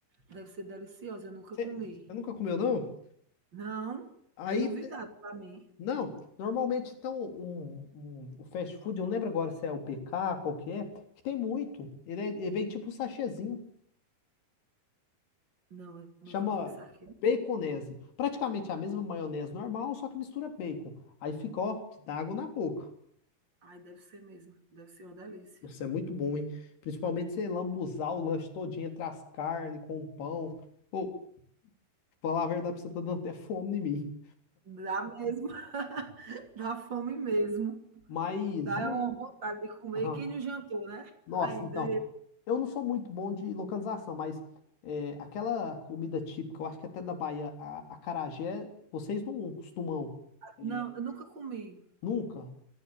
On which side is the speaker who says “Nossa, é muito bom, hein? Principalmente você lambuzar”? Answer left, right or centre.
Left